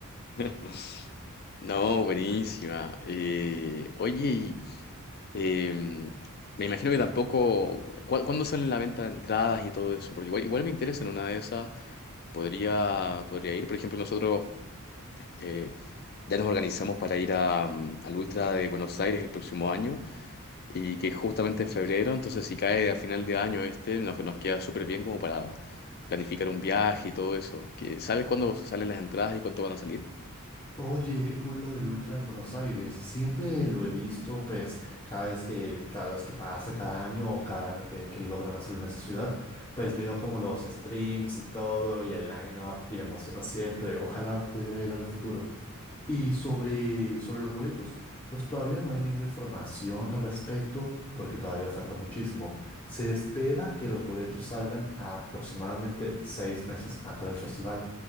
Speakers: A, on the left; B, on the left.
A: <laughs> No, buenísima. Eh, oye, Eh, me imagino que tampoco. cu- ¿Cuándo sale la venta de entradas y todo eso? Porque igual, igual me interesa en una de esas. Podría, podría ir. Por ejemplo, nosotros eh, ya nos organizamos para ir a, mm, al Ultra de Buenos Aires el próximo año y que es justamente en febrero. Entonces, si cae a final de año este, nos, nos queda súper bien como para planificar un viaje y todo eso. Que, ¿sabes cuándo salen las entradas y cuánto van a salir?
B: Oye, qué cool lo del Ultra en Buenos Aires. Siempre lo he visto, pues, cada vez que, cada vez que pasa, cada año o cada año que, que logran hacerlo en esa ciudad, pues veo como los streams y todo y el line-up y me emociono siempre. Ojalá pudiera ir en el futuro. Y sobre, sobre los boletos, pues todavía no hay ninguna información al respecto porque todavía falta muchísimo. Se espera que los boletos salgan aproximadamente seis meses antes del festival.